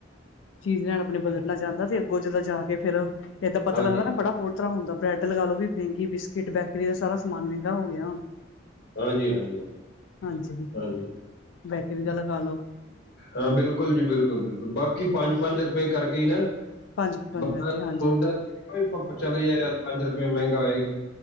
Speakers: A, on the left; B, on the left.
A: ਚੀਜ਼ ਲੈਣ ਆਪਨੇ ਬਜਟ ਨਾਲ ਜਾਂਦਾ ਜੇ ਅੱਗੋਂ ਜਦੋ ਜਾ ਕੇ ਫੇਰ। ਏਦਾਂ ਪਤਾ
B: ਹਾਂਜੀ
A: ਲਗਦਾ ਨਾ ਬੜਾ ਹੋਰ ਤਰ੍ਹਾਂ ਹੁੰਦਾ ਬਰੈਡ ਲਗਾ ਲੋ ਵੀ ਬਿੰਗੀ ਬਿਸ ਕਿਟ ਬੈਕਰੀ ਦਾ ਸਾਰਾ ਸਮਾਨ ਮਹਿੰਗਾ ਹੋ ਗਿਆ ਹੁਣ।
B: ਹਾਂਜੀ, ਹਾਂਜੀ ਹਾਂ।
A: ਹਾਂਜੀ।
B: ਹਾਂਜੀ।
A: ਬੈਕਰੀ ਦਾ ਲਗਾ ਲੋ।
B: ਹਾਂ ਬਿਲਕੁਲ ਜੀ, ਬਿਲਕੁਲ ਬਿਲਕੁਲ ਬਾਕੀ ਪੰਜ ਪੰਜ ਰੁਪਏ ਕਰਕੇ ਈ ਨਾ।
A: ਪੰਜ ਪੰਜ
B: ਬੰਦਾ
A: ਕਰਕੇ
B: ਸੋਚਦਾ
A: ਹਾਂਜੀ ਹਾਂਜੀ
B: <unintelligible> ਚਲੇ ਗਿਆ ਯਾਰ। ਪੰਜ ਰਪਏ ਮੈਂਗਾ ਹੋਏਗਾ ਜੀ